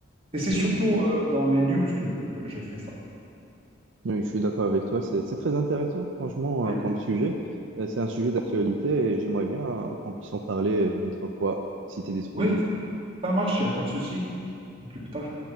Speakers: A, on the right; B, on the right.
A: Et c'est
B: Mhm.
A: surtout euh, dans les news que, que je fais ça.
B: Oui, je suis d'accord avec toi. C'est c'est très intéressant, franchement,
A: Oui,
B: euh, comme sujet. Euh, C'est un sujet d'actualité et j'aimerais bien euh, qu'on puisse en parler euh, une autre fois, si tu es disponible.
A: oui, ça marche, il n'y a pas de souci. À plus tard.